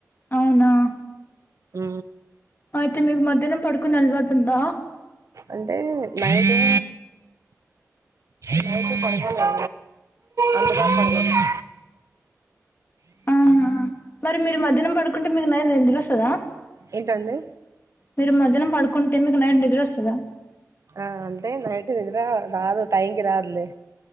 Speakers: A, on the left; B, on the right.
A: అవునా
B: ఊ
A: అయితే మీకు మధ్యాహ్నం పడుకునే అలవాటు ఉందా
B: అంటే నైటు నైటు పడుకోలేదు గా అందుకని పడుకున్నా
A: ఆహా మరి మీరు మధ్యాహ్నం పడుకుంటే మీకు నైట్ నిద్ర ఒస్తదా
B: ఏంటండి
A: మీరు మధ్యాహ్నం పడుకుంటే మీకు నైట్ నిద్రోస్తదా
B: ఆ అంటే నైట్ నిద్ర రాదు టైంకి రాద్లే